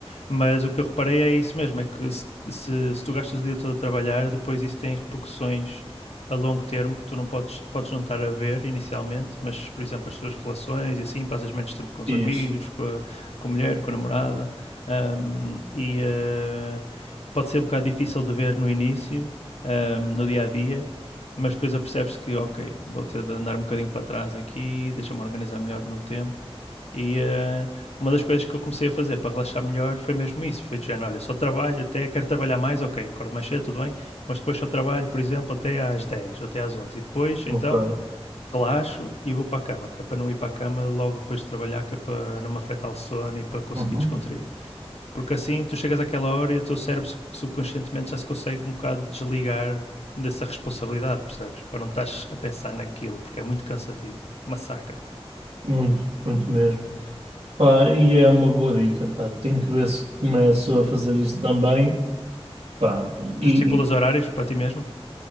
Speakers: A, on the left; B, on the right.
A: Mas o que eu reparei é isso mesmo: é que se, se, se tu gastas o dia todo a trabalhar, depois isso tem repercussões a longo termo que tu não podes, podes não estar a ver inicialmente, mas, por exemplo, as tuas relações e assim, passas menos tempo com os
B: Isso.
A: amigos, com a, com a mulher, com a namorada, um, e uh, pode ser um bocado difícil de ver no início, um, no dia a dia, mas depois apercebes que, ok, vou ter de andar um bocadinho para trás aqui, deixa-me organizar melhor o meu tempo. E eh, uma das coisas que eu comecei a fazer para relaxar melhor foi mesmo isso. Foi de género, olha, só trabalho até, quero trabalhar mais, ok, acordo mais cedo, tudo bem, mas depois só trabalho, por exemplo, até às 10 ou até às onze E depois, então,
B: Ok.
A: relaxo e vou para a cama, que é para não ir para a cama logo depois de trabalhar, que é para não me afetar o sono e para conseguir
B: Uhum.
A: descontrair. Porque assim, tu chegas àquela hora e o teu cérebro subconscientemente já se consegue um bocado desligar dessa responsabilidade, percebes? Para não estás a pensar naquilo, porque é muito cansativo. Massacra.
B: Muito, muito mesmo. Pá, e é uma boa dica, pá. Tenho que ver se começo a fazer isso também, pá. E,
A: Tu estipulas
B: e,
A: horários para ti mesmo?